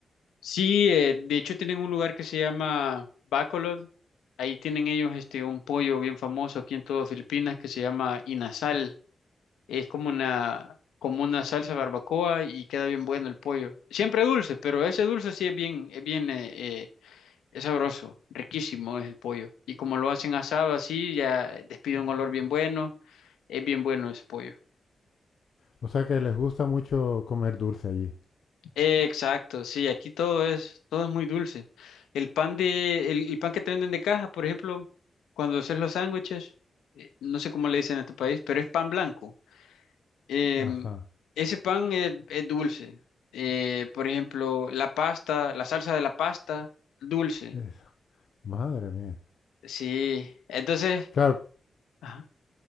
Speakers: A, on the left; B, on the left.
A: Sí, eh, de hecho tienen un lugar que se llama Bacolod, ahí tienen ellos este, un pollo bien famoso aquí en todo Filipinas que se llama inasal. Es como una, como una salsa barbacoa y queda bien bueno el pollo. Siempre dulce, pero ese dulce sí es bien, es bien, eh, eh, es sabroso, riquísimo es el pollo. Y como lo hacen asado así, ya despide un olor bien bueno, es bien bueno ese pollo.
B: O sea que les gusta mucho comer dulce allí.
A: Exacto, sí, aquí todo es, todo es muy dulce. El pan de, el, el pan que te venden de caja, por ejemplo, cuando haces los sándwiches, eh, no sé cómo le dicen en tu país, pero es pan blanco. Em,
B: Ajá.
A: ese pan es, es dulce. Eh, por ejemplo, la pasta, la salsa de la pasta, dulce.
B: es- madre mía.
A: Sí, entonces,
B: Claro,
A: ajá.